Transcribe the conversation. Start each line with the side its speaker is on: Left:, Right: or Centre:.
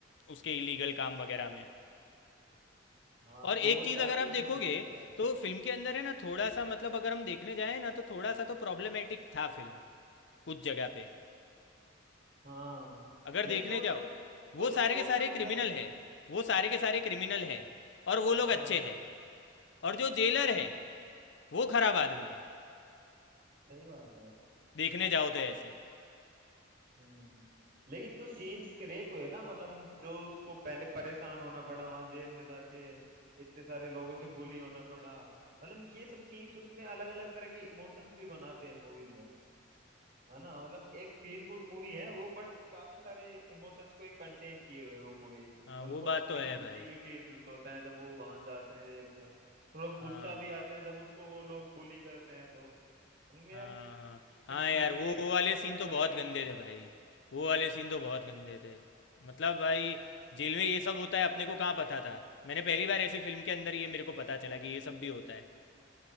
Left: उसके इलीगल काम वगैरह में
Right: हाँ
Left: और
Right: तो
Left: एक
Right: वो
Left: चीज
Right: चाहते
Left: अगर आप
Right: ही
Left: देखोगे
Right: नहीं थे कि ये जाए
Left: तो फिल्म के अंदर है ना थोड़ा सा मतलब अगर हम देखने जाए ना तो थोड़ा सा तो प्रॉब्लमेटिक था फिल्म कुछ जगह पे
Right: हाँ
Left: अगर
Right: लेकिन
Left: देखने
Right: वो
Left: जाओ
Right: जो
Left: वो
Right: वो जो
Left: सारे
Right: प्रॉब्लम्स
Left: के सारे क्रिमिनल
Right: आई
Left: है वो सारे के सारे क्रिमिनल है और वो लोग
Right: हाँ
Left: अच्छे हैं और जो जेलर है वो खराब आदमी है
Right: सही बात है
Left: देखने जाओ तो ऐसे
Right: हम्म लेकिन जो सीन्स क्रिएट हुए ना मतलब जो उसको पहले परेशान होना पड़ा वहां जेल में जाके इतने सारे लोगों से बुली होना पड़ा मतलब ये सब सीन्स उसमें अलग अलग तरह के इमोशंस भी बनाते हैं मूवी में है ना मतलब एक फील गुड मूवी है वो बट काफी सारे इमोशंस को एक कंटेन किए हुए वो मूवी
Left: हाँ
Right: हम
Left: वो
Right: थोड़ा
Left: बात
Right: अपने
Left: तो है
Right: को दुखी
Left: भाई
Right: भी फील होता है जब वो वहां जाता है जेल में थोड़ा
Left: हाँ
Right: गुस्सा भी
Left: भाई
Right: आता है जब उसको वो लोग बुली करते हैं तो मतलब यार
Left: हाँ हाँ हाँ
Right: फिर धीरे
Left: यार वो
Right: धीरे
Left: वो
Right: उसको
Left: वाले
Right: अलग
Left: सीन तो
Right: अलग
Left: बहुत गंदे थे भाई वो वाले सीन तो बहुत गंदे थे मतलब भाई जेल में ये सब होता है अपने को कहाँ पता था मैंने पहली बार ऐसी फिल्म के अंदर ये मेरे को पता चला कि ये सब भी होता है